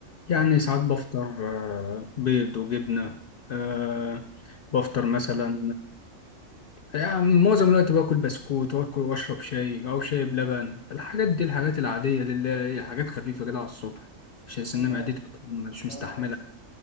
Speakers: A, on the left (about 60°); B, on the right (about 50°).
A: يعني ساعات بفطر آه، بيض وجبنه آه، بفطر مثلا آه، يعني معظم الوقت باكل بسكوت واكل واشرب شاي او شاي بلبن الحاجات دي الحاجات العاديه دي اللي هي حاجات خفيفه كده على الصبح عشان سن
B: لا لا
A: معدتي مش
B: لا
A: مستحملها
B: انا عكسك